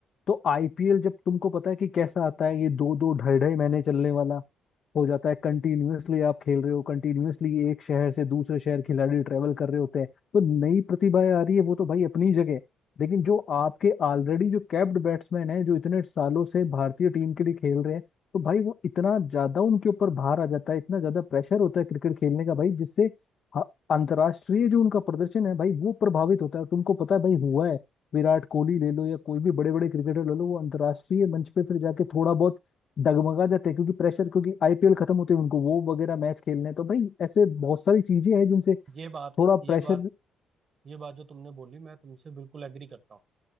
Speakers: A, on the left; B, on the right.
A: तो आईपीएल जब तुमको पता है कि कैसा आता है ये दो दो ढाई ढाई महीने चलने वाला हो जाता है कंटिन्यूअसली आप खेल रहे हो कंटिन्यूअसली एक शहर से दूसरे शहर खिलाड़ी ट्रेवल कर रहे होते हैं तो नई प्रतिभाएं आ रही है वो तो भाई अपनी जगह लेकिन जो आपके ऑलरेडी जो कैप्ड बैट्समैन हैं जो इतने सालों से भारतीय टीम के लिए खेल रहे हैं तो भाई वो इतना ज्यादा उनके ऊपर भार आ जाता है इतना ज्यादा प्रेशर होता है क्रिकेट खेलने का भाई जिससे ह- अंतर्राष्ट्रीय जो उनका प्रदर्शन है भाई वो प्रभावित होता है तुमको पता है भाई हुआ है विराट कोहली ले लो या कोई भी बड़े बड़े क्रिकेटर ले लो वो अंतर्राष्ट्रीय मंच पे फिर जाके थोड़ा बहुत डगमगा जाते हैं क्योंकि प्रेशर क्योंकि आईपीएल खत्म होते हैं उनको वो वगैरह मैच खेलने हैं तो भाई ऐसे बहुत सारी चीजें हैं जिनसे
B: ये बात
A: थोड़ा
B: ये
A: प्रेशर
B: बात ये बात जो तुमने बोली मैं तुमसे बिल्कुल एग्री करता हूँ